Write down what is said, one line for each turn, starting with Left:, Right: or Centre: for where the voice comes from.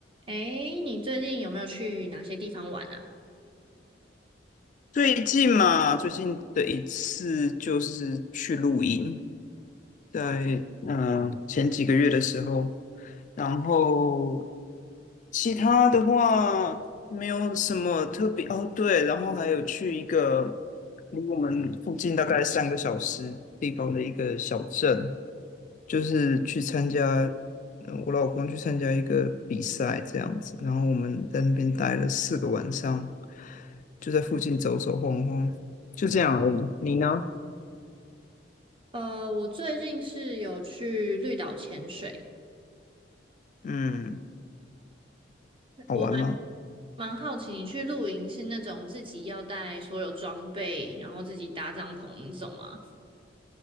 Right: 诶，你最近有没有去哪些地方玩啊？
Left: 最近嘛，最近的一次就是去露营，在嗯、呃前几个月的时候，然后其他的话没有什么特别哦，对，然后还有去一个离我们附近大概三个小时地方的一个小镇，就是去参加，呃我老公去参加一个比赛这样子，然后我们在那边待了四个晚上，就在附近走走晃晃，就这样而已。你呢？
Right: 呃，我最近是有去绿岛潜水，
Left: 嗯，好玩吗？
Right: 我还蛮好奇，你去露营是那种自己要带所有装备，然后自己搭帐篷那种吗？